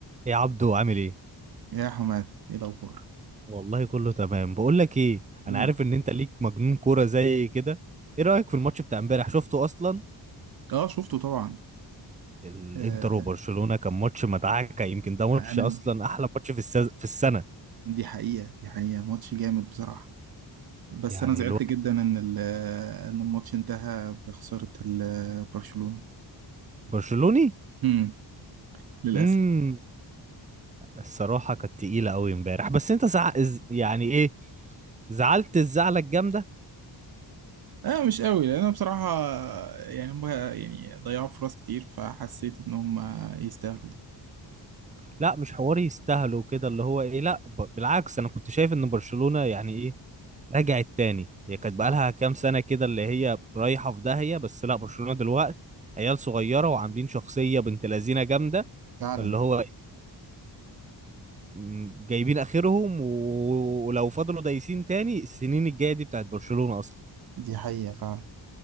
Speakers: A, on the right; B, on the right.
A: يا عبدو عامل ايه
B: يا حماد ايه الاخبار
A: والله كله تمام بقول لك ايه
B: قول
A: انا عارف ان انت ليك مجنون كوره زي كده ايه رايك في الماتش بتاع امبارح شفته اصلا
B: اه شفته طبعا
A: الانتر
B: آه
A: وبرشلونه كان ماتش مدعكه يمكن ده ماتش
B: انا
A: اصلا احلى ماتش في السز... في السنه
B: دي حقيقة دي حقيقة ماتش جامد بصراحة بس
A: يعني
B: انا زعلت
A: الواحد
B: جدا ان ال- ان الماتش انتهى بخسارة ال- برشلونة
A: برشلوني
B: امم للاسف
A: امم الصراحه كانت تقيله قوي امبارح بس انت زع... إز- يعني ايه زعلت الزعلة الجامدة
B: اه مش قوي لان انا بصراحة يعني هم يعني ضيعوا فرص كتير فحسيت ان هم يستاهلوا ده
A: لا مش حواري يستاهلوا كده اللي هو ايه لا ب- بالعكس انا كنت شايف ان برشلونة يعني ايه، رجعت تاني هي كانت بقالها
B: اه
A: كام سنة كده اللي هي رايحة في داهية بس لا برشلونة دلوقتي عيال صغيرة وعاملين شخصية بنت لذينة جامدة
B: فعلا
A: فاللي هو م- جايبين آخرهم و- ولو فضلوا دايسين تاني السنين الجاية دي بتاعت برشلونة أصلا
B: دي حقيقة فعلا